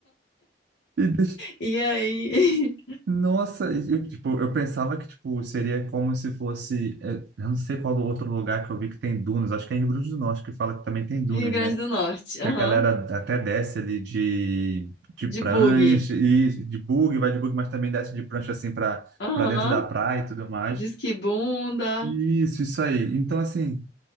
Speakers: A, on the right (about 70°); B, on the left (about 85°).
A: E
B: E aí,
A: Nossa, eu, tipo, eu pensava que, tipo, seria como se fosse, é, eu não sei qual outro lugar que eu vi que tem dunas, acho que é em Rio Grande do Norte que fala que também
B: <laughs>
A: tem dunas,
B: Rio Grande
A: né?
B: do Norte, aham,
A: E a galera até desce ali de, de prancha
B: de bug,
A: e de bug, vai de bug, mas também desce de prancha assim para
B: aham,
A: para dentro da praia e tudo mais.
B: disque bunda.
A: Isso, isso aí. Então, assim,